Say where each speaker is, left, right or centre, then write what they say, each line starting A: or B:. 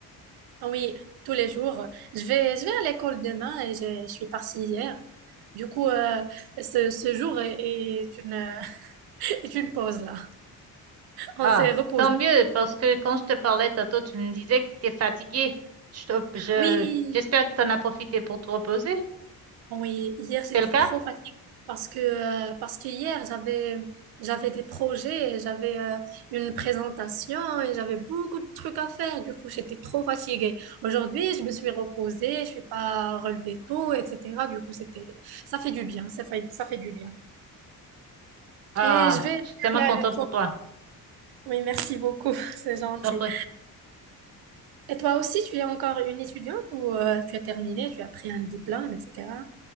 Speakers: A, on the right; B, on the right.
A: Ah Oui, tous les jours. Je vais, je vais à l'école demain et je, je suis partie hier. Du coup, euh, ce, ce jour est, est une, <laughs> est une pause là. On
B: Ah,
A: s'est reposé.
B: tant mieux, parce que quand je te parlais tantôt, tu me disais que tu étais fatigué. Je, te- je-
A: Oui.
B: j'espère que tu en as profité pour te reposer.
A: Oui, hier j'étais
B: C'est le cas?
A: trop fatiguée parce que euh, parce que hier j'avais j'avais des projets, et j'avais euh, une présentation et j'avais beaucoup de trucs à faire. Du coup, j'étais trop fatiguée. Aujourd'hui, je me suis reposée, je suis pas relevée tôt, etc. Du coup, c'était ça fait du bien, ça fait ça fait du bien.
B: Ah,
A: Et je vais
B: je suis tellement
A: la-
B: contente pour toi.
A: Oui, merci beaucoup, <laughs> c'est gentil.
B: Je t'en prie.
A: Et toi aussi, tu es encore une étudiante ou euh, tu as terminé, tu as pris un diplôme, etc.